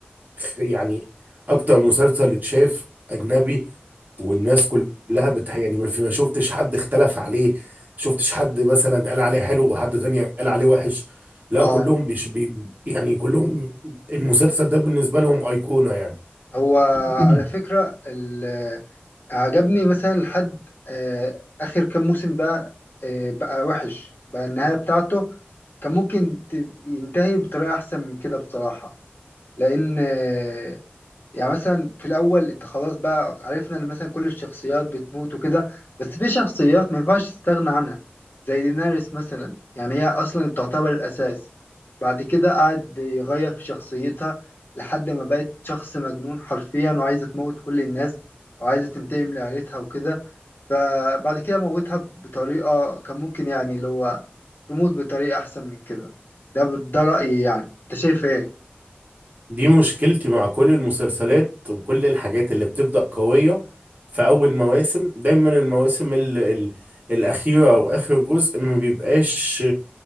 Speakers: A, on the right (about 45°); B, on the left (about 60°).
A: يعني اكتر مسلسل اتشاف اجنبي والناس كلها بتح يعني ما في- ما شفتش حد اختلف عليه شفتش حد مثلا قال عليه حلو وحد تاني قال عليه وحش لا
B: اه
A: كلهم بيش بي يعني كلهم المسلسل ده بالنسبة لهم أيقونة يعني
B: هو
A: <clears throat>
B: على فكرة ال- عجبني مثلا لحد آه، آخر كام موسم بقى آه، بقى وحش بقى النهاية بتاعته كان ممكن ت- ينتهي بطريقة أحسن من كده بصراحة لأن آه، يعني مثلا في الاول انت خلاص بقى عرفنا ان مثلا كل الشخصيات بتموت وكده بس في شخصيات ما ينفعش تستغنى عنها زي ديناريس مثلا يعني هي اصلا تعتبر الاساس بعد كده قعد يغير في شخصيتها لحد ما بقت شخص مجنون حرفيا وعايزه تموت كل الناس وعايزه تنتقم لعيلتها وكده فبعد كده موتها بطريقه كان ممكن يعني اللي هو تموت بطريقه احسن من كده ده ده رأيي يعني انت شايف ايه
A: دي مشكلتي مع كل المسلسلات وكل الحاجات اللي بتبدأ قوية في أول مواسم دايما المواسم ال ال الأخيرة أو آخر جزء ما بيبقاش